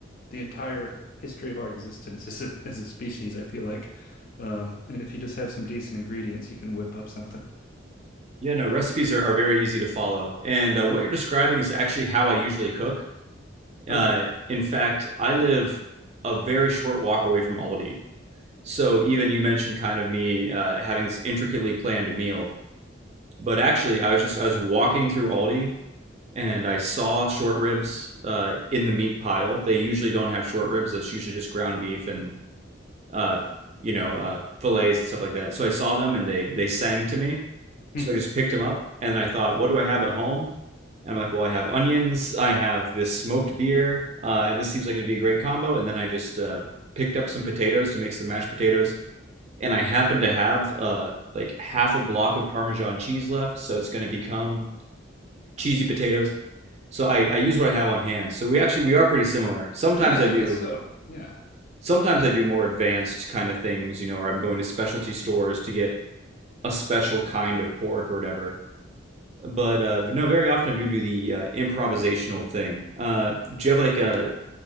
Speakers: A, on the left; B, on the right.
A: the entire history of our existence as a as a species, I feel like. Uh, and if you just have some decent ingredients, you can whip up something.
B: Yeah, no, recipes are, are very easy to follow. And uh, what you're describing is actually how I usually cook.
A: Okay.
B: Uh, in fact, I live a very short walk away from Aldi. So even you mentioned kind of me uh, having this intricately planned meal. But actually, I was just, I was walking through Aldi and I saw short ribs uh, in the meat pile. They usually don't have short ribs, that's usually just ground beef and uh, you know, uh, fillets and stuff like that. So I saw them and they they sang to me. So
A: <laughs>
B: I just picked them up and I thought, what do I have at home? And I'm like, well, I have onions, I have this smoked beer, uh, and this seems like it'd be a great combo. And then I just uh, picked up some potatoes to make some mashed potatoes, and I happen to have uh, like half a block of Parmesan cheese left, so it's going to become cheesy potatoes. So I, I use what I have on hand. So we actually we are pretty similar. Sometimes
A: Yeah,
B: I
A: I
B: do
A: guess so. Yeah.
B: sometimes I do more advanced kind of things, you know, or I'm going to specialty stores to get a special kind of pork or whatever. But uh, no, very often I do do the uh, improvisational thing. Uh, do you have like a,